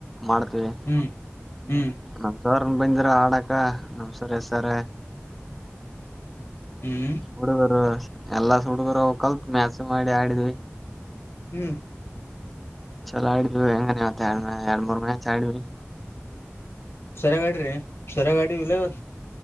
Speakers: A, in the centre; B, on the left.
A: ಮಾಡ್ತೀವಿ
B: ಹ್ಮ್ ಹ್ಮ್
A: ನಮಸರ್ ನ್ ಬಂದಿರ ಆಡಾಕ ನಮ್ಸರಿ ಸರ್
B: ಹ್ಮ್
A: ಹಡ್ ಬರುವ ಎಲ್ಲಾ ಸುಡ್ಗರ ಕಲ್ತ್ ಮ್ಯಾಸ್ ಮಾಡಿ ಆಡಿದ್ವಿ.
B: ಹ್ಮ್
A: ಚಲೋ ಆಡ್ವಿ ಹೆಂಗನವತ್ತ ಎರಡ್ ಮುರ್ ಎರಡ್ ಮೂರ್ ಮೇತ್ ಆ್ವ.
B: ಸರಗಾಡಿ ರೀ ಸರಗಾಡಿ ಇಲ್ಲವತ್ತು